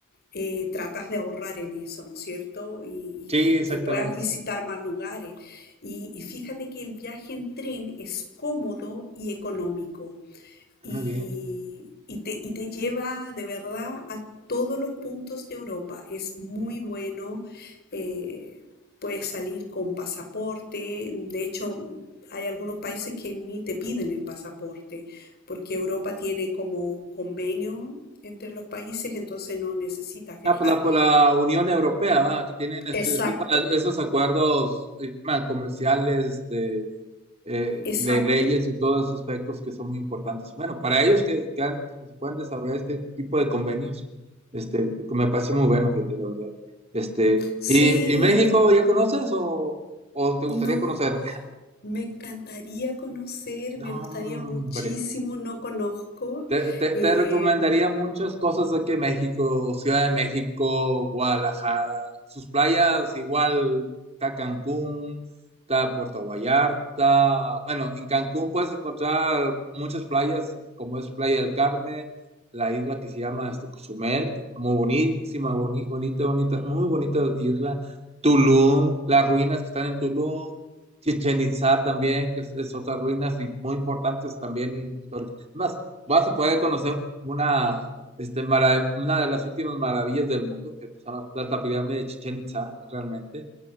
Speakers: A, on the left; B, on the right.
A: eh, tratas de ahorrar en eso, ¿no es cierto? Y, y-
B: sí, exactamente.
A: y que puedas visitar más lugares. Y, y fíjate que el viaje en tren es cómodo y económico y,
B: Muy bien.
A: y te, y te lleva de verdad a todos los puntos de Europa. Es muy bueno, eh, puedes salir con pasaporte, de hecho hay algunos países que ni te piden el pasaporte, porque Europa tiene como un convenio entre los países, entonces no necesitas viajar.
B: Ah, por la, por la Unión Europea, ¿verdad? Que tienen este,
A: Exacto,
B: esos, esos acuerdos eh, bueno, comerciales, este, eh,
A: exacto.
B: de leyes y todos esos aspectos que son muy importantes. Bueno, para ellos que, que han- que se puedan desarrollar este tipo de convenios, este, que me parece muy bueno, fíjate, la verdad. Este,
A: Sí,
B: ¿y, y México ya conoces o, o te gustaría
A: no.
B: conocer? <laughs>
A: Me encantaría conocer,
B: No,
A: me gustaría
B: hombre.
A: muchísimo, no conozco.
B: Te, te-
A: Eh,
B: te recomendaría muchas cosas aquí en México, Ciudad de México, Guadalajara, sus playas igual, está Cancún, está Puerto Vallarta. Bueno, en Cancún puedes encontrar muchas playas, como es Playa del Carmen, la isla que se llama este, Cozumel, que es muy bonísima, boni- bonita, bonita, muy bonita isla. Tulum, las ruinas que están en Tulum, Chichen Itzá también, que es, es otras ruinas y muy importantes también. históricas. Más, vas a poder conocer una, este, mara- una de las últimas maravillas del mundo, que son las, las- la pirámide de Chichén Itzá, realmente.